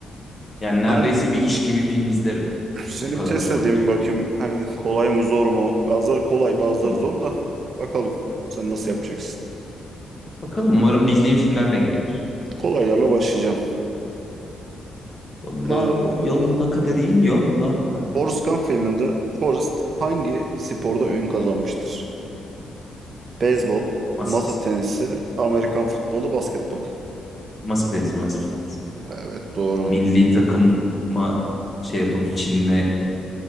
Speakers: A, on the left (about 25°); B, on the right (about 40°).
A: yani neredeyse
B: Bana bir-
A: bir iş gibi film izlerim.
B: seni
A: O kadar
B: bir test
A: hoşuma
B: edeyim
A: gidiyor.
B: bakayım. Hani kolay mı zor mu? Bazıları kolay, bazıları
A: Hı.
B: zor da. Bakalım sen nasıl yapacaksın?
A: Bakalım umarım bildiğim filmler denk gelir.
B: Kolaylarla başlayacağım.
A: Yolla,
B: Ee,
A: yolla kaderim yolla. Ha,
B: Forrest Gump filminde Forrest hangi sporda ün kazanmıştır? Beyzbol,
A: masa,
B: masa tenisi, Amerikan futbolu, basketbol.
A: masa tenisi, masa tenisi.
B: Evet doğru.
A: Milli takıma şey yapıp Çin'le